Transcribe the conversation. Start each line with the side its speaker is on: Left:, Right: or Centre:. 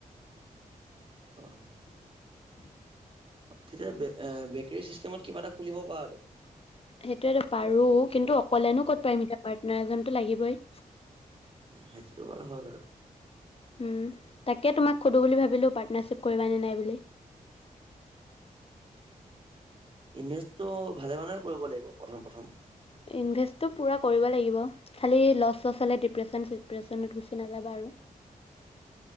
Right: অহ।
Left: <unintelligible>
Right: তেতিয়া বেক আ বেকৰী চিষ্টেমত কিবা এটা খুলিব পাৰা
Left: সেইটোয়েতো পাৰো। কিন্তু অকলেনো ক'ত পাই মিটা পাৰ্টনাৰ এজনতো লাগিবই।
Right: সেইটোতো বাৰু হয় বাৰু।
Left: উ, তাকে তোমাক সোধো বুলি ভাবিলো পাৰ্টনাৰশ্বিপ কৰিবা নে নাই বুলি।
Right: ইনভেষ্টটো ভালে মানে কৰিব লাগিব, প্ৰথম-প্ৰথম।
Left: ইনভেষ্টটো পূৰা কৰিব লাগিব। খালী লছ-ছছ হ'লে ডিপ্ৰেশ্যন-চিপ্ৰেশ্যনত গুচি নাযাবা আৰু।